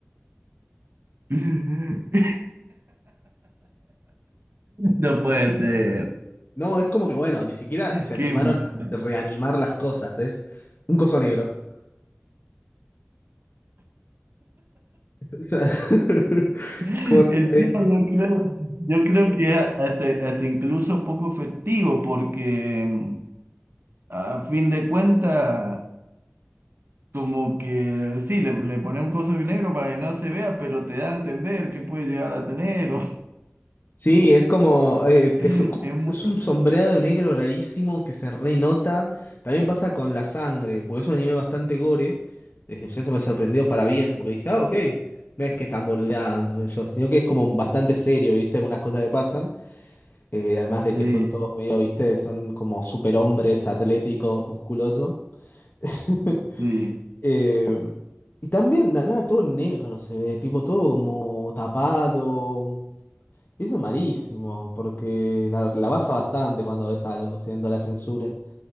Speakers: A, on the right; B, on the left.
A: <laughs> No puede ser.
B: No, es como que bueno, ni siquiera se animaron
A: Qué mal.
B: a reanimar las cosas, es un coso negro. O sea, <laughs>
A: Encima
B: como- eh,
A: yo creo, yo creo que hasta, hasta incluso poco efectivo porque mm, a fin de cuentas Como que sí, le, le ponen cosas negro para que no se vea, pero te da a entender qué puede llegar a tener. o-
B: sí, es como, eh, es,
A: <laughs> es muy-
B: es un sombreado negro rarísimo que se renota. También pasa con la sangre, porque es un anime bastante gore. Desde ya eso me sorprendió para bien, porque dije, ah, ok, no es que están boludeando, qué sé yo, sino que es como bastante serio, ¿viste? Algunas cosas que pasan. Eh, además de
A: Sí,
B: que son todos medio, ¿viste? Son como superhombres atléticos, musculosos. <laughs>
A: sí.
B: Eh, y también, na- nada, todo negro se ve, tipo todo como tapado. Y eso es malísimo, porque la, la baja bastante cuando ves algo, siendo la censura.